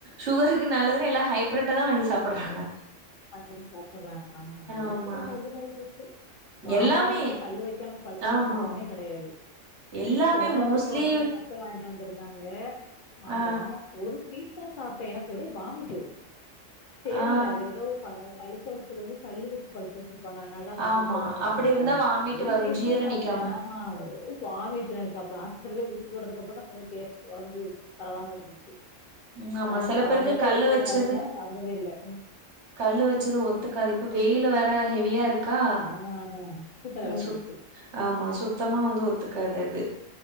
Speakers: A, on the right; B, on the left.
A: சுகருக்கு நல்லதுன்னு எல்லா ஹைப்ரட்டா தான் வாங்கி சாப்றாங்க
B: <unintelligible> ஆமா எல்லாதுலயும்
A: ஆமா
B: ஹைபிரிட் ஆகி போச்சு மாம்பழமுமே
A: எல்லாமே
B: கல்லு வைக்காம பழுக்கற
A: ஆமா
B: மழமே கெடையாது <inaudible>
A: எல்லாமே
B: போன
A: மோஸ்ட்லி
B: வாரத்துல ஒரு நாலு எங்க அத்த வாங்கி வந்திருந்தாங்க மாம்பழம்
A: ஆ
B: ஒரு பீஸ் தா சாப்ட எனக்கு ஒரே வாமிட்டு சேரல
A: ஆ
B: அது ஏதோ பழுக்க வச்சது வந்து கல்லு வச்சு பழுக்க வச்சிருப் பாங்க அதனாலதான் வாமிட்டு
A: ஆமா
B: வரும்
A: அப்டி
B: அப்படின்ட்டாங்க
A: இருந்தா வாமிட்
B: ஒரு
A: வரு
B: பீஸ்தா
A: ஜீர
B: சாப்டே
A: நிக்காம
B: ஒரு வாமீட்டுல இருக்க அப்புரோ ஆஸ்பிட்டல போய் ஊசி போட்டதுக்கு அப்புற தான் கொஞ்ச தேர்சி ஓடம்பு பரவால இருந்துச்சி
A: ம் ஆமா
B: அதுலருந்து
A: சில
B: மாம்பழத்தை
A: பேருக்கு கல்லு
B: இப்போ
A: வச்சது
B: பதிநஞ்சுநாளா சாப்புடவே இல்லை
A: கல்லு வச் ஒத்துக்காது இப்போ வெயிலு வேற ஹெவியா இருக் கா
B: ஆ சூட்ட
A: இங்க
B: கெளப்பிருச்சு
A: சுத் ஆமா சுத்தமா ஒத்துக்காது அது